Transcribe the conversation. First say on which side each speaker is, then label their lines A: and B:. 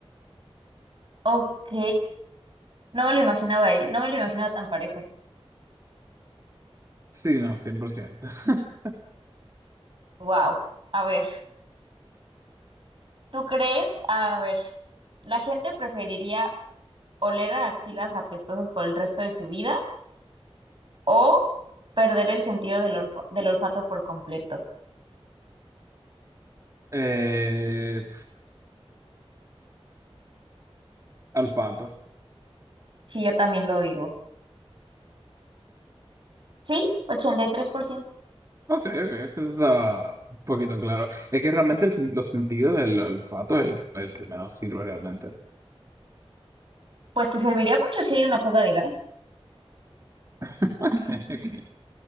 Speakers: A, on the right; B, on the right.
A: Ok. No me lo imaginaba, ¿eh? No me lo imaginaba tan parejo.
B: Sí, no, 100%. <laughs>
A: Wow. A ver. ¿Tú crees? A ver, ¿la gente preferiría oler a axilas apestosas por el resto de su vida o perder el sentido del, orfo- del olfato por completo?
B: Eh, olfato.
A: Sí, yo también lo digo. Sí, 83%.
B: Ok, ok, eso está un poquito claro. Es que realmente el sen- los sentidos del olfato es el, el que menos sirve realmente.
A: Pues te serviría mucho si hay una fuga de gas.
B: <laughs> Ok, ok.